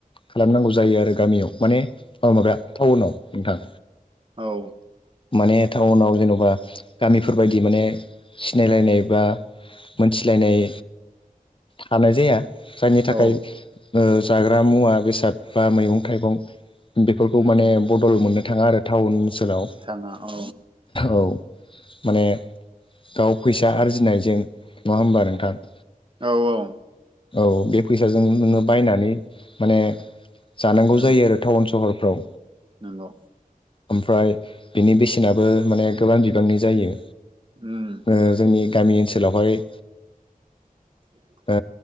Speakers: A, on the left; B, on the right.
A: खालामनांगौ जायो आरो गामियाव माने औ माबाया टाउनाव नोंथां
B: औ
A: माने टाउनाव जेनबा गामिफोरबायदि माने सिनायलायनाय बा मोनथिलायनाय हानाय जाया जायनि थाखाय
B: औ
A: ओ जाग्रा मुवा बेसाद बा मैगं थाइगं बेफोरखौ
B: उम
A: माने बदल मोननो थाङा आरो टाउन ओनसोलाव
B: थाङा औ
A: औ माने गाव फैसा आरजिनायजों नङा ओमबा नोंथां?
B: औ औ
A: औ बे फैसाजों नोङो बायनानै माने जानांगौ
B: नंगौ
A: जायो आरो टाउन सहरफ्राव
B: नंगौ
A: ओमफ्राय बिनि बेसेनाबो माने गोबां बिबांनि जायो।
B: उम
A: ओ जोंनि गामि ओनसोलावहाय
B: <inaudible>
A: ओ